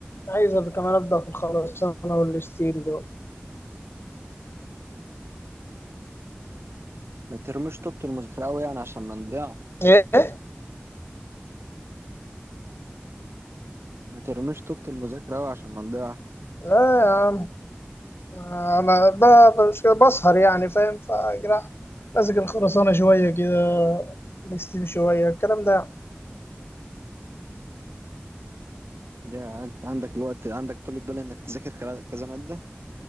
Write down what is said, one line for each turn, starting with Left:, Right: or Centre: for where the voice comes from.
Left: عايز ابقى كمان ابدا في الخرسانه والستيل دول
Right: ما ترميش طوبة المذاكره قوي يعني عشان ما نضيع
Left: ايه
Right: ما ترميش طوبة المذاكره قوي عشان ما نضيع
Left: لا يا عم انا ب- بس كده بسهر يعني فاهم فجرا ماسك الخرسانه شويه كده الستيل شويه الكلام ده
Right: يا انت عندك الوقت عندك طول الدول انك تذاكر كلا- كذا ماده